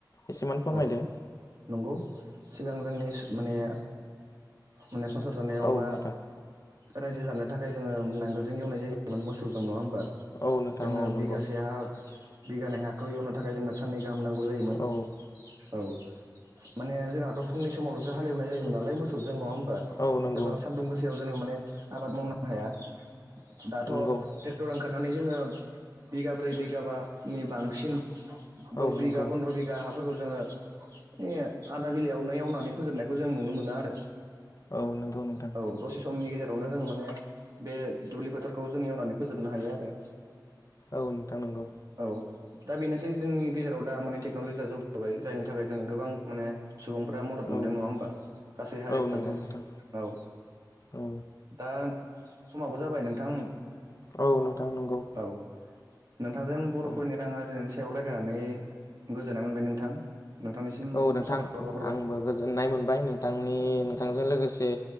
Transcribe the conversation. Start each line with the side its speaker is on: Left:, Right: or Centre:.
Left: एसेबां फोरमायदो।
Right: औ नंगौ सिगां जोंनि माने। माने संसार जानायाव
Left: औ
Right: बा।
Left: नोंथां
Right: रायजो जानो थाखाय जोङो नांगोलजों एवनाय जायोमोन मोसौजों नङा होमबा।
Left: औ नोंथां
Right: जोनो
Left: औ
Right: बिगासे
Left: नंगौ
Right: हा। बिगानै हाखौ एवनो थाखाय जोंनो साननै गाहाम नांगौ जायोमोन
Left: औ
Right: औ। माने जोंहाथ' फुंनि समावल'सो हालेवनाय जायोमोन नालाय मोसौजों नङा होमबा
Left: औ नंगौ
Right: बेसेबां सानदुं गोसा सायाव जोङो माने आबाद मावनो हाया दाथ'।
Left: नंगौ
Right: ट्रेक्टर ओंखारनानै जोङो बिगाब्रै बिगाबानि बांसिन। दस
Left: औ
Right: बिघा
Left: नंगौ
Right: पन्द्र' बिगा हा फोरखौ जोङो बे आदा बिलायावनो एवनानै फोजोबनायखौ नुनो मोनो आरो।
Left: औ नंगौ नोंथां
Right: औ दसे समनि गेजेरावनो जोङो माने बे दुब्लि फोथारखौ जों एवनानै फोजोबनो हायो आरो।
Left: औ नोंथां नोंगौ।
Right: औ दा बेनोसै जोंनि गेजेराव दा माने टेक्न'लजिया जौगाबाय जायनि थाखाय जोङो गोबां माने सुबुंफ्रा मदद मोनदों
Left: औ
Right: नङा होमबा गासै हारिफ्रानो
Left: औ नंगौ नोंथां
Right: औ।
Left: औ
Right: दा समावो जाबाय नोंथां,
Left: औ नोंथां नंगौ।
Right: औ नोंथांजों बर'फोरनि
Left: औ
Right: रां आर्जिनायनि सायाव रायलायनानै गोजोननाय मोनबाय नोंथां नोंथांनि सिम
Left: औ नोंथां
Right: साबायखर बावहरबाय।
Left: आंबो गोजोननाय मोनबाय नोंथांनि नोंथांजों लोगोसे